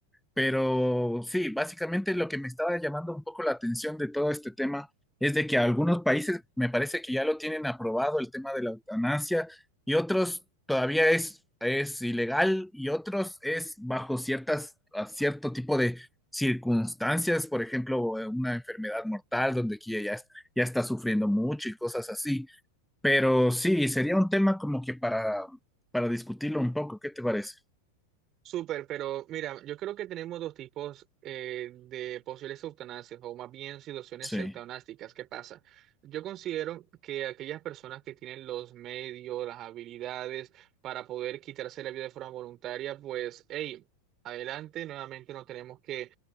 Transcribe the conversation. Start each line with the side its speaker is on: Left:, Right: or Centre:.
Centre: Pero sí, básicamente lo que me estaba llamando un poco la atención de todo este tema es de que algunos países me parece que ya lo tienen aprobado el tema de la eutanasia y otros todavía es, es ilegal y otros es bajo ciertas, a cierto tipo de circunstancias, por ejemplo, eh, una enfermedad mortal donde aquí ya, es- ya está sufriendo mucho y cosas así. Pero sí, sería un tema como que para, para discutirlo un poco, ¿qué te parece?
Right: Súper, pero mira, yo creo que tenemos dos tipos eh, de posibles eutanasias, o más bien situaciones
Centre: Sí,
Right: eutanásticas. ¿Qué pasa? Yo considero que aquellas personas que tienen los medios, las habilidades para poder quitarse la vida de forma voluntaria, pues, hey, adelante, nuevamente no tenemos que